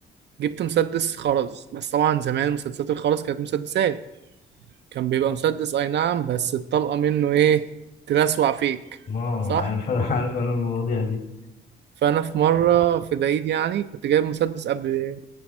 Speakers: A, on the right; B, on the left.
A: جبت مسدس خرز بس طبعا زمان مسدسات الخرز كانت مسدسات كان بيبقى مسدس اي نعم بس الطلقة منه ايه تلسوع فيك
B: ما هو
A: صح
B: انا عارف انا عارف انا المواضيع دي
A: فانا في مرة في العيد يعني كنت جايب مسدس قبل